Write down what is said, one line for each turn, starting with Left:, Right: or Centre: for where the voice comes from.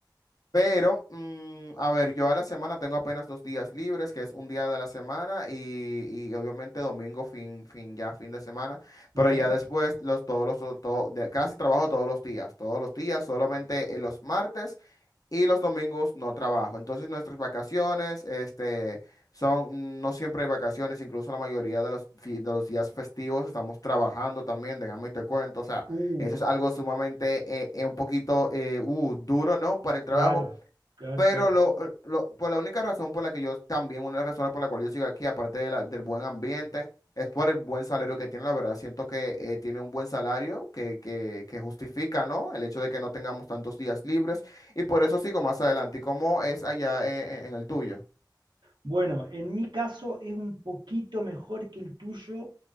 Left: Pero, mm, a ver, yo a la semana tengo apenas dos días libres, que es un día de la semana y, y obviamente domingo, fin, fin, ya fin de semana, pero
Right: Bien.
Left: ya después los, todos los, todo, de, casi trabajo todos los días, todos los días, solamente eh, los martes y los domingos no trabajo. Entonces nuestras vacaciones, este, son, no siempre hay vacaciones, incluso la mayoría de los, fi- de los días festivos estamos trabajando también, déjame y te cuento. O sea,
Right: Uh,
Left: eso es algo sumamente, eh, eh, un poquito, eh, uh, duro, ¿no? Para el trabajo.
Right: claro, claro,
Left: Pero
Right: claro.
Left: lo, lo- por la única razón por la que yo también, una de las razones por la cual yo sigo aquí, aparte de la- del buen ambiente, es por el buen salario que tiene. La verdad, siento que eh, tiene un buen salario que, que, que justifica, ¿no? El hecho de que no tengamos tantos días libres. Y por eso sigo más adelante. ¿Y cómo es allá eh, eh, en, el tuyo?
Right: Bueno, en mi caso es un poquito mejor que el tuyo